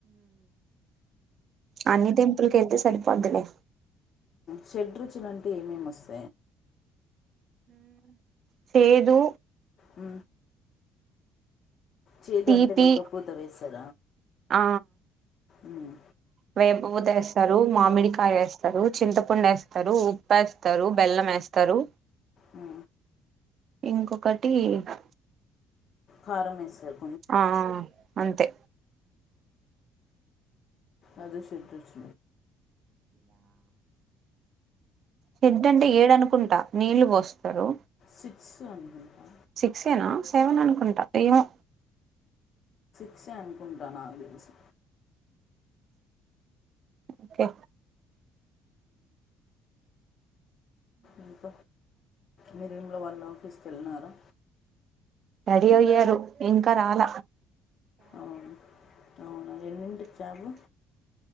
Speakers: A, on the right (about 50°); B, on the left (about 55°).
A: అన్ని టెంపుల్క వెళ్తే సరిపోదులే
B: షడ రుచిలుంటే ఏమేమి వస్తుంది
A: చేేదు
B: అ చేదు
A: తీపి
B: అంటే వైపు పూత వేస్తారు
A: ఆ
B: ఉమ్,
A: వే ూదేస్తారు మామిడికాయ వేస్తారు చింతపండు వేస్తారు ఉప్ప వేస్తారు బెల్లం వేస్తారు
B: అ
A: ఇంకొక ఒకటింత
B: కారం వేస్తారు
A: ఆ అంతే
B: అది స వచ్చ
A: హెడ్ అంటే ఏడు అనుకుంటా నీళ్ళు పోస్తారు
B: సిక్స్ అనుకుంటా
A: సిక్సేనా సెవెన్ అనుకుంటా ఏమో
B: ఇసే అనుకుంట నాకే తెల్సి
A: ఓకె
B: ఇంక మీ రూమ్ వాళ్ళ ఆఫీస్కి వెళ్ళినారా
A: రెడీ అయ్యారు ఇంకా రాల
B: అవును అవున ఎన్నింటికి cab